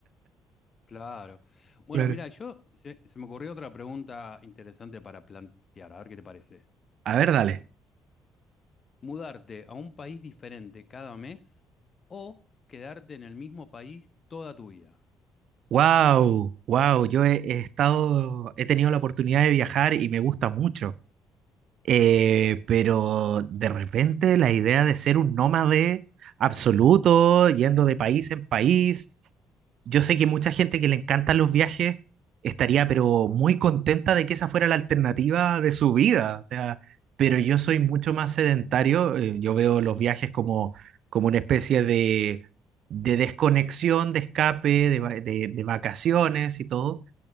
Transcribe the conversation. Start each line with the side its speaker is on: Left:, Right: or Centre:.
Left: Claro. Bueno,
Right: <laughs> Claro.
Left: mira, yo se, se me ocurrió otra pregunta interesante para plantear, a ver qué te parece.
Right: a ver, dale.
Left: ¿Mudarte a un país diferente cada mes o quedarte en el mismo país toda tu vida?
Right: Wow, wow, yo he, he estado, he tenido la oportunidad de viajar y me gusta mucho. Eh, pero de repente la idea de ser un nómade absoluto, yendo de país en país, yo sé que mucha gente que le encantan los viajes estaría pero muy contenta de que esa fuera la alternativa de su vida, o sea, pero yo soy mucho más sedentario, eh, yo veo los viajes como, como una especie de, de desconexión, de escape, de, va- de de vacaciones y todo